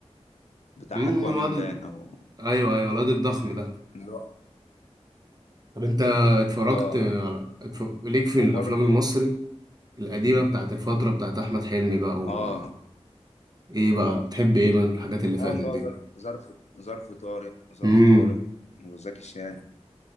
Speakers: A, on the left; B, on the right.
A: بتاع
B: امم
A: اكوا
B: الواد
A: مان بان او
B: أيوه أيوه الواد الضخم ده
A: اللي هو
B: طب أنت اتفرجت
A: اه
B: على اتف... ليك في
A: وبرده
B: الأفلام المصري القديمة
A: مم.
B: بتاعت الفترة بتاعت أحمد حلمي بقى و...
A: اه
B: إيه بقى بتحب إيه من الحاجات اللي
A: اه
B: فاتت
A: اللي
B: دي؟
A: هو ظرف ظرف ظرف طارق ظرف
B: امم
A: طارق وزكي شان